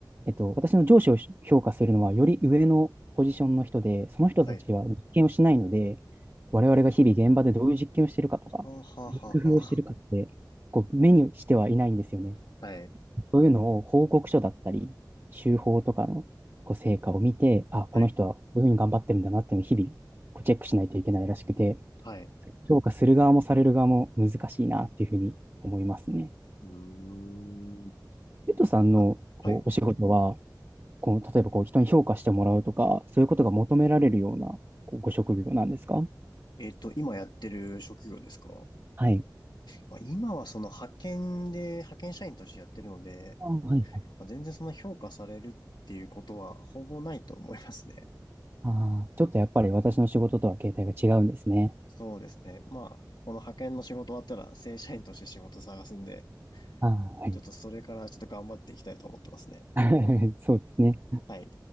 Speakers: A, on the right; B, on the left.
A: えっと、私の上司を評価するのはより上のポジションの人で、その人たちは実験をしないので、
B: はい。
A: 我々が日々現場でどういう実験をしているかとか、
B: はあ、はあ、
A: どういう工夫をしているかって、
B: はあ、は
A: こう目にしてはいないんですよね。
B: あ。はい、
A: そういうのを報告書だったり、週報とかのこう成果を見て、あ、
B: はい。
A: この人はこういうふうに頑張ってるんだなっていうのを日々こうチェックしないといけないらしくて、
B: はい。
A: 評価する側もされる側も難しいなっていうふうに思いますね。
B: うーん。
A: ペットさんのこうお仕事は、
B: なんか、はい。
A: こう例えばこう人に評価してもらうとか、そういうことが求められるようなこうご職業なんですか
B: えっと、今やってる職業ですか
A: はい。
B: まあ、今はその派遣で、派遣社員としてやってるので、
A: あ、はいはい。
B: まあ、全然その評価されるっていうことはほぼないと思いますね。
A: ああ、ちょっとやっぱり私の仕事とは形態が違うんですね。
B: <laughs> そうですね。まあ、この派遣の仕事終わったら正社員として仕事探すんで、
A: ああ、はい。
B: ちょっとそれからちょっと頑張っていきたいと思ってますね。
A: <laughs> そうですね。
B: はい。